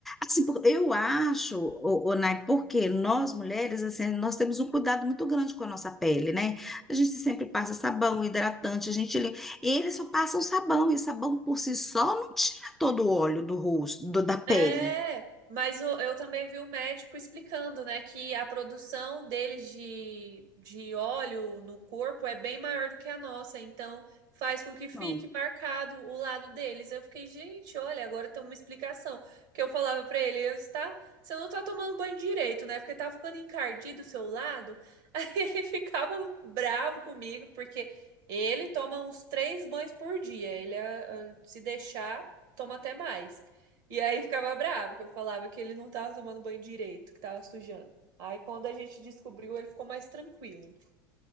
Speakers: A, in the centre; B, on the right.
A: Assim, por- eu acho, o, Nai, porque nós mulheres, assim, nós temos um cuidado muito grande com a nossa pele, né? A gente sempre passa sabão, hidratante, a gente limpa. Eles só passam sabão, e sabão por si só não tira todo o óleo do rosto, do- da pele.
B: É, mas o- eu também vi o médico explicando, né, que a produção deles de, de óleo no corpo é bem maior do que a nossa, então faz com que fique
A: Não.
B: marcado o lado deles. Eu fiquei, gente, olha, agora tem uma explicação. Que eu falava pra ele, eu está, você não tá tomando banho direito, né? Porque tá ficando encardido o seu lado. <laughs> Aí ele ficava bravo comigo, porque ele toma uns três banhos por dia. Ele eh, eh, se deixar, toma até mais. E aí ficava bravo, que eu falava que ele não tava tomando banho direito, que tava sujando. Aí quando a gente descobriu, ele ficou mais tranquilo.